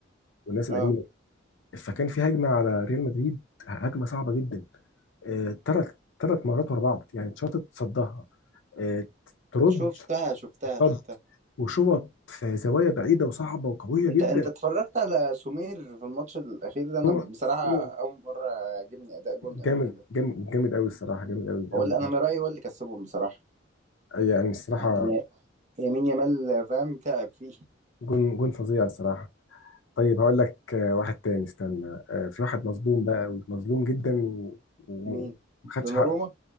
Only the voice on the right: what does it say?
اه
شفتها شفتها
شفتها
انت
انت اتفرجت على سمير في الماتش الاخير ده انا
بصراحة
اول مرة عجبني اداء جون قوي
كده
هو
اللي
انا من رأيي هو اللي كسبهم بصراحة
يعني يمين يامال فاهم تعب فيه
مين
دوناروما